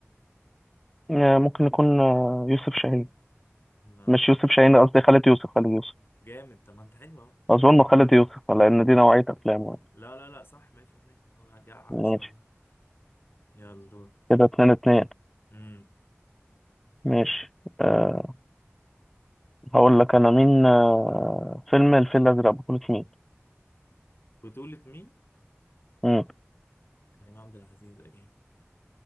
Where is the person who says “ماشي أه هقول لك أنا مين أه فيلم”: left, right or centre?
Centre